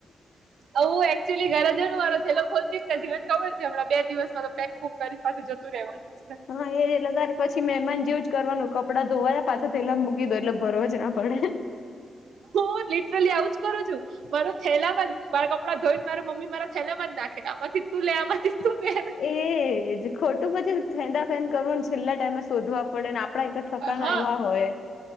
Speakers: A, on the right; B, on the left.
A: આવું એકચુલી ઘરે જવનું મારો થેલો ખોલતી જને ખબર છે હમણાં બે દિવસમાં તો પેક કરીને પાછું જતું રહેવાનું. છે
B: હા એ એટલે પછી મહેમાન જેવું જ કરવાનું કપડાં ધોવાયા પાછા તો થેલા મા મૂકી દો એટલે ભરો જ આમ. પડે.
A: હું લિટરલી આવુંજ કરું છું. મારો થેલામાં. મારા કપડા ધોઈ ને મારી મમ્મી મારા થેલ્લા માં જ નાખે કે આમાંથી તું લે આમાંથી જ તું પેહેર
B: એજ ખોટું પછી ફેંદા ફેંદ કરવું ને છેલ્લા ટાઈમે શોધવા પડે ને આ પડા તો ઠકાણા
A: હા
B: એવા હોય